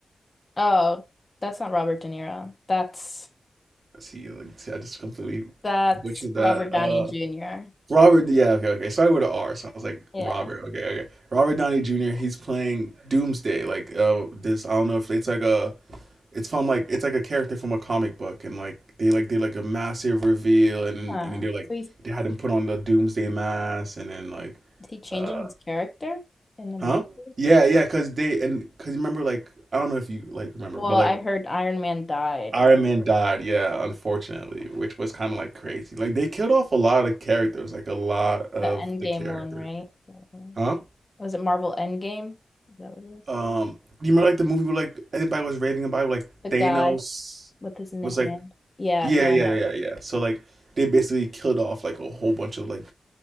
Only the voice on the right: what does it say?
See, like see, I just completely
butchered that.
uh,
Robert, yeah, okay, okay. Started with an R, so I was like
Robert. Okay, okay. Robert Downey Jr. He's playing Doomsday. Like uh, this, I don't know if it's like a, it's from like it's like a character from a comic book, and like they like did like a massive reveal, and then
and then they like
they had him put on the Doomsday mask, and then like,
uh,
huh? Yeah, yeah. Cause they and cause you remember like I don't know if you like remember,
but
like
Iron
Man died, yeah, unfortunately, which was kind of like crazy. Like they killed off a lot of characters, like a lot of
the characters.
Huh?
Um, do you remember like the movie where like everybody was raving about like
Thanos
was
like
yeah
yeah yeah yeah. yeah. So like they basically killed off like a whole bunch of like